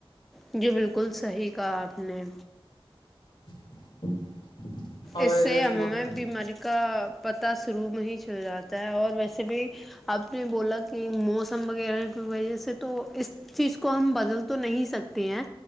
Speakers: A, in the centre; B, on the left.
A: جو بالکل صحیح کہا آپ نے
B: <inaudible>
A: اس
B: ایسے
A: سے ہمیں
B: موسم
A: بیماری کا پتا شروع میں ہی چل جاتا ہے اور ویسے بھی آپ نے بولا کہ موسم وغیرہ کی وجہ سے تو اس چیز کو ہم بدل تو نہیں سکتے ہیں